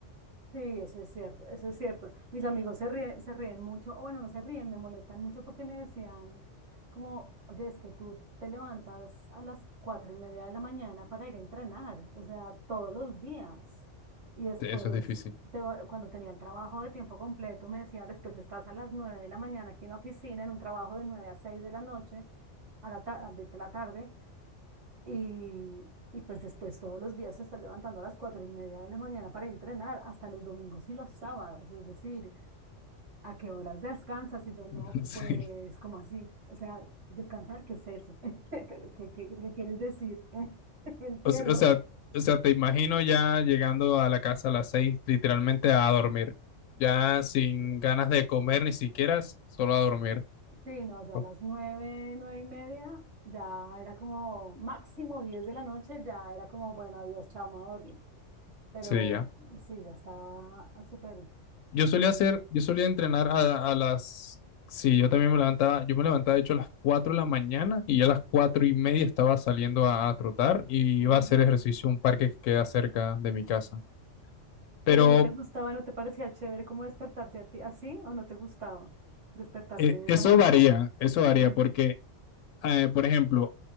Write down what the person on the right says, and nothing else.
Sí, eso es cierto, eso es cierto. Mis amigos se ríen, se ríen mucho, o bueno, no se ríen, me molestan mucho porque me decían como, oye, es que tú te levantas a las cuatro y media de la mañana para ir a entrenar, o sea, todos los días. Y después,
te va- cuando tenía el trabajo de tiempo completo, me decían, después estás a las nueve de la mañana aquí en la oficina, en un trabajo de nueve a seis de la noche, a la ta- de la tarde. Y, y pues después todos los días se está levantando a las cuatro y media de la mañana para entrenar, hasta los domingos y los sábados. Es decir, ¿a qué horas descansas? Y yo no,
pues, ¿cómo así? O sea, ¿descansar qué es eso? <laughs> ¿Qué, qué- qué- qué quieres decir? <laughs> No entiendo.
Sí, no, yo a
las nueve, nueve y media ya era como máximo diez de la noche, ya era como, bueno, adiós, chao, me voy a dormir. Pero
sí, ya estaba súper.
ujú.
Pero ¿y no te gustaba, no te parecía chévere cómo despertarse a ti así o no te gustaba despertarte
de
esa manera?
Mm.